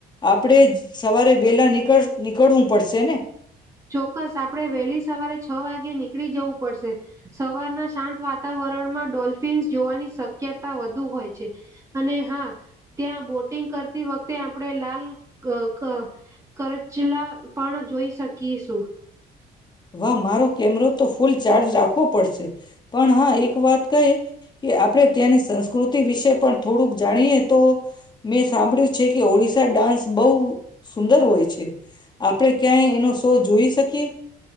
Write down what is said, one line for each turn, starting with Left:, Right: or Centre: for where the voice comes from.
Left: આપડે સવારે વેલા નીકળ નીકળવું પડશે ને?
Right: ચોક્કસ આપડે વહેલી સવારે છ વાગે નીકળી જવું પડશે. સવારના શાંત વાતાવરણમાં ડોલ્ફિન્સ જોવાની શક્યતા વધુ હોય છે અને હા, ત્યાં બોટિંગ કરતી વખતે આપડે લાલ ક ક કરચલા પણ જોઈ શક કીસું.
Left: વાહ, મારો કેમરો તો ફૂલ ચાર્જ રાખવો પડશે, પણ હા, એક વાત કઈ કે આપડે ત્યાંની સંસ્ સં કૃતિ વિશે પણ થોડુંક જાણીએ, તો મેં સાંભળ્યું છે કે ઓડિશા ડાન્સ બોવ સુંદર હોય છે. આપડે ક્યાંય એનો શો જોઈ શકીએ?